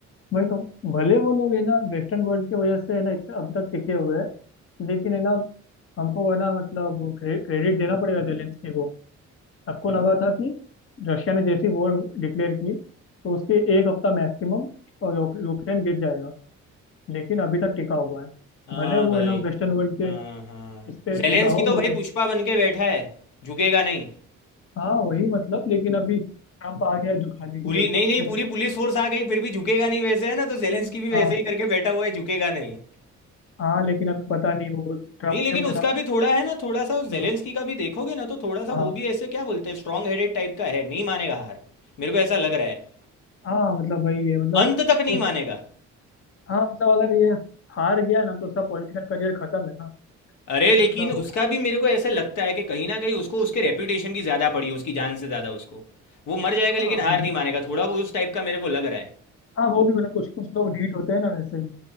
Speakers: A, on the left; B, on the left.
A: वही तो भले वो लोग है ना वेस्टर्न वर्ल्ड की वजह से है ना इतना अब तक टिके हुए हैं लेकिन है ना हमको है ना मतलब क्रे, क्रेडिट देना पड़ेगा जेलेंस्की को सबको लगा था कि रशिया ने जैसी वॉर डिक्लेयर की तो उसके एक हफ्ता मैक्सिमम और यूक- यूक्रेन गिर जाएगा लेकिन अभी तक टिका हुआ है
B: हाँ
A: भले
B: भाई
A: वो है ना वेस्टर्न वर्ल्ड के
B: हाँ हाँ
A: इस पे
B: जेलेंस्की
A: टिका हो
B: तो
A: लेकिन
B: भाई पुष्पा बन के बैठा है झुकेगा नहीं
A: हाँ वही मतलब लेकिन अभी ट्रम्प आ गया है जो खाने के
B: पूरी
A: लिए उसका
B: नहीं नहीं
A: मतलब,
B: पूरी पुलिस फोर्स आ गई फिर भी झुकेगा नहीं वैसे है ना तो जेलेंस्की भी वैसे
A: हाँ
B: ही करके बैठा हुआ है झुकेगा नहीं
A: हाँ लेकिन अभी पता नहीं वो ट्रम्प
B: नहीं लेकिन
A: ने
B: उसका
A: मना
B: भी थोड़ा है ना थोड़ा सा जेलेंस्की
A: हाँ
B: का भी देखोगे ना तो थोड़ा सा
A: हाँ
B: वो भी ऐसे क्या बोलते हैं स्ट्रांग हेडेड टाइप का है नहीं मानेगा हार मेरे को ऐसा लग रहा है
A: हाँ, मतलब वही है मतलब
B: अंत तक नहीं
A: उस
B: मानेगा
A: हाँ मतलब अगर ये हार गया ना तो उसका पॉलिटिकल करियर खत्म है ना तो
B: अरे लेकिन
A: मतलब
B: उसका भी मेरे को ऐसे लगता है कि कहीं ना कहीं उसको उसके रेपुटेशन की ज़्यादा पड़ी है उसकी जान से ज़्यादा उसको वो मर जाएगा
A: हाँ
B: लेकिन
A: भाई
B: हार नहीं मानेगा थोड़ा वो उस टाइप का मेरे को लग रहा है
A: हाँ वो भी मतलब कुछ कुछ लोग ढीठ होते हैं ना वैसे ही